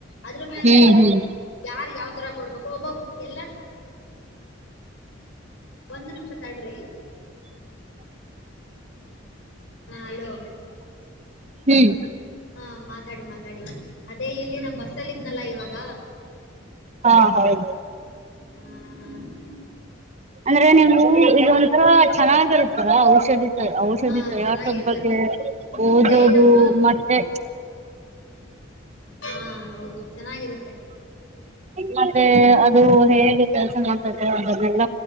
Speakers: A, on the left; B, on the right.
A: ಅದ್ರ ಮೇಲೆ
B: ಹ್ಮ್ ಹ್ಮ್
A: ಯಾರಿಗೆ ಯಾವ್ ತರ ಕೊಡ್ಬೇಕು ಒಬ್ಬೊಬ್ ಎಲ್ಲಾರ. ಒಂದ್ ನಿಮಿಷ ತಡ್ರಿ. ಹಾ ಹಲೋ.
B: ಹ್ಮ್.
A: ಹಾ ಮಾತಾಡಿ ಮಾತಾಡಿ ಅದೇ ಇಲ್ಲಿ ನಾ ಬಸ್ಸಲ್ಲಿ ಇದ್ನಲ್ಲಾ ಇವಾಗ.
B: ಹಾ ಹೌದು.
A: ಹಾ.
B: ಅಂದ್ರೆ ನೀವು ಇದ ಒಂಥರ ಚೆನ್ನಾಗಿರುತ್ತಲಾ ಔಷಧಿ. ಔಷಧಿ
A: ಹಾ
B: ತಯಾರಿಸೋದ್
A: ಚೆನ್ನಾಗಿರ್ತತೆ
B: ಬಗ್ಗೆ
A: ಮುಂದೆ
B: ಓದೋದು
A: ನಮ್ಮ
B: ಮತ್ತೆ.
A: ಹಾ ಹೌದು ಚೆನ್ನಾಗಿರುತ್ತೆ.
B: ಮತ್ತೆ ಅದು ಹೇಗೆ ಕೆಲ್ಸ ಮಾಡ್ತದೆ ಅದನ್ನೆಲ್ಲ.